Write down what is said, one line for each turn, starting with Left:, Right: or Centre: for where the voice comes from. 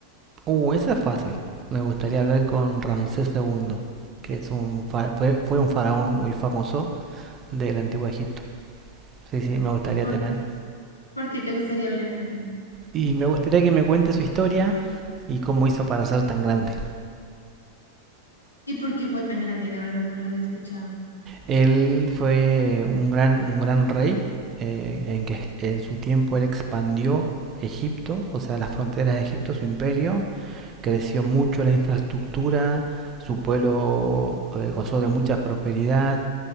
Right: Uh, esa es fácil. Me gustaría hablar con Ramsés II, que es un fa- fue, fue un faraón muy famoso del antiguo Egipto. Sí, sí, me gustaría
Left: ¿Y por,
Right: tener.
Left: por qué te gustaría hablar con él?
Right: Y me gustaría que me cuente su historia y cómo hizo para ser tan grande.
Left: ¿Y por qué fue tan grande? La verdad no lo había escuchado.
Right: Él fue un gran, un gran rey eh, en que en su tiempo él expandió Egipto, o sea, las fronteras de Egipto, su imperio, creció mucho la infraestructura, su pueblo eh, gozó de mucha prosperidad